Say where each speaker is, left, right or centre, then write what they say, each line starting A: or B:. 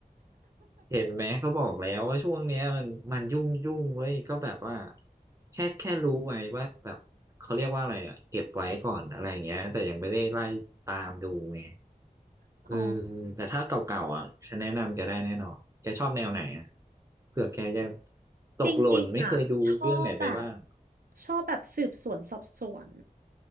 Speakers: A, on the right; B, on the right.
A: เห็นไหมเขาบอกแล้วว่าช่วงเนี้ยมันมันยุ่งยุ่งเว้ยก็แบบว่าแค่แค่รู้ไว้ว่าแบบเขาเรียกว่าอะไรอ่ะเก็บไว้ก่อนอะไรอย่างเงี้ยแต่ยังไม่ได้ไล่ตามดูไง
B: <laughs>
A: เออ
B: อ๋อ
A: แต่ถ้าเก่าๆอ่ะฉันแนะนำแกได้แน่นอนแกชอบแนวไหนอ่ะเผื่อแกจะตกหล่นไม่เคยดูเรื่องไหนไปบ้าง
B: จริงๆอ่ะชอบแบบชอบแบบสืบสวนสอบสวน